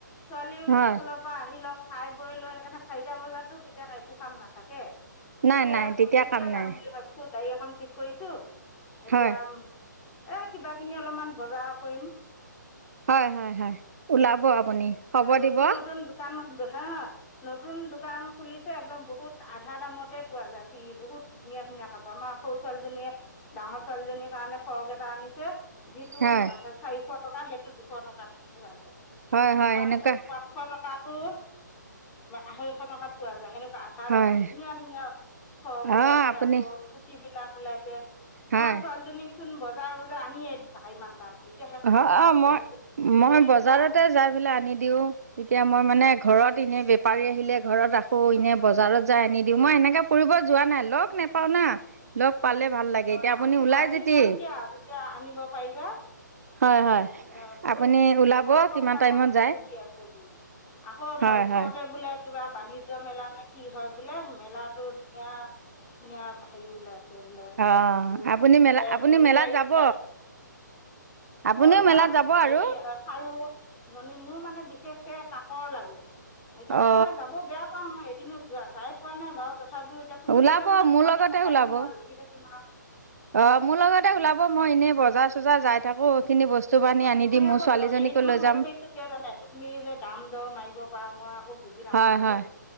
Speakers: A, on the left; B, on the right.
A: ছোৱালীও
B: হয়
A: স্কুলৰ পৰা আহি লওক! খাই বৈ লৈ সেইকাৰণে চাৰিটা বজাতো তেতিয়া একো কাম নাথাকে!
B: নাই
A: তেতিয়া
B: নাই
A: তেতিয়া
B: কাম নাই
A: যাম বুলি ভাবিছো? গাড়ী এখন ঠিক কৰিছো এতিয়া
B: হয়
A: আম এই কিবা কিনি অলপমান বজাৰ কৰিম
B: হয় হয় হয় ওলাব আপুনি খবৰ
A: নতুন
B: দিব
A: নতুন দোকান বন্ধ নতুন দোকান খুলিছে একদম বহুত আধা দামতে পোৱা যায় ফি বহুত ধুনীয়া ধুনীয়া কাপোৰ আমাৰ সৰু ছোৱালীজনীয়ে ডাঙৰ ছোৱালীজনীৰ কাৰণে ফ্ৰক এটা আনিছে যিটো
B: হয়
A: চাৰিশ টকা সেই সেইটো দুশ টকাত পোৱা যায়।
B: হয়
A: আৰু
B: হয়
A: পাঁচশ
B: এনেকুৱা
A: পাঁচশ টকাত পোৱাতো আঢ়ৈশ টকাত পোৱা যায় সেনেকা আধাৰ
B: হয়
A: দামত ধুনীয়া ধুনীয়া ফৰ্ক ওলাইছে
B: অঁ আপুনি
A: আকৌ কুৰ্তি বিলাক ওলাইছে তোমাৰ
B: হয়
A: ছোৱালীজনীক সোণ বজাৰ বজাৰ আনিয়ো ইমান দাম এতিয়া সেইখন
B: অ
A: দোকানত
B: অ মই মই
A: যদি
B: বজাৰতে
A: যোৱা
B: যাই পেলাই আনিম দিওঁ এতিয়া মই মানে ঘৰত দি এনে বেপাৰী আহিলে ঘৰত ৰাখো, এনে বজাৰত যাই আনি দিওঁ। মই এনেকে ফুৰিব যোৱা নাই লগ নাপাওঁ না। লগ পালে ভাল লাগে
A: অ'
B: এতিয়া আপুনি
A: আজি,
B: ওলাই
A: আজি
B: যেতি
A: যাম দিয়া আজি এতিয়া আনিব পাৰিবা
B: হয় হয়
A: অ' বহুত,
B: আপুনি ওলাব
A: বহুত কম
B: কিমান
A: দামত
B: টাইমত
A: বস্তু
B: যায়
A: দি আছে বোলে। আকৌ
B: হয়
A: ওচৰতে
B: হয়
A: বোলে কিবা বাণিজ্য মেলা নে কি হয় বোলে, মেলাতো ধুনীয়া-ধুনীয়া হেই ওলাইছে বোল একদম
B: অ
A: বস্তু
B: আপুনি মেলা
A: এ
B: আপুনি
A: মণি-হাৰী
B: মেলাত যাব
A: বিলাক
B: আপুনিও
A: অ' যাম
B: মেলাত যাব
A: হেৰি
B: আৰু
A: খাৰু-মণি মোৰ মানে বিশেষ কে কাকৰ লাগে এতিয়া
B: অ
A: মই যাবও বেয়া পাওঁ মই কিনো যোৱা যায় পোৱা নাই বাও তথাপিও এতিয়া তুমি
B: ওলাব
A: গ'লে মানে
B: মোৰ
A: তোমাকে
B: লগতে
A: পঠাই
B: ওলাব
A: দিম মই ৰখি থাকিম আৰু
B: অ মোৰ লগতে ওলাব মই এনে বজাৰ-চজাৰ যাই থাকো, সেই খিনি বস্তু বানি
A: অঁ',
B: আনি
A: তুমি
B: দিম মোৰ
A: আকৌ
B: ছোৱালীজনীকো
A: হেৰি তোমাক
B: লৈ যাম
A: লগ ধৰিছো কিয় জানে তুমি যে দাম দ মাৰিব পাৰা, মই আকৌ বুজি নাপাওঁ
B: হয়
A: যে
B: হয়,